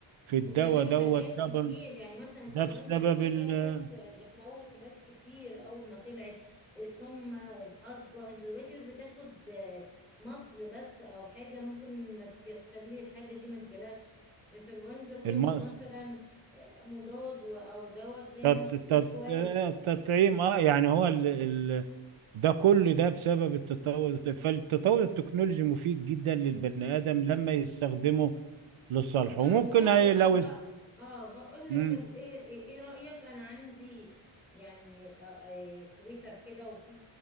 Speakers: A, on the right (about 80°); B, in the centre.
A: في الدواء
B: وبيعملوا
A: دوت
B: حاجات
A: طبعا
B: كتير يعني مثلا الانفلونزا
A: ده بسبب
B: دي
A: ال-
B: كانت بتموت ناس كتير اول ما طلعت الحمى الحصبة انت دلوقتي بتاخد مصل بس او حاجة ممكن ما تج- تخلي الحاجة دي ما تجيلكش انفلونزا بتاخد
A: المقص
B: مثلا مضاد و- او دواء تلاقي
A: تط-
B: نفسك بيت
A: تط-
B: كويس
A: آه، التطعيم أه يعني هو ال... ال... ده كله ده بسبب التطور فالتطور التكنولوجي مفيد جدا للبني آدم لما يستخدمه لصالحه
B: طب
A: وممكن
B: حلو
A: هي-
B: طب
A: لو
B: بقى اه بقول لك
A: مم.
B: طب ايه ايه إيه رأيك انا عندي يعني آه آه تويتر كده وفي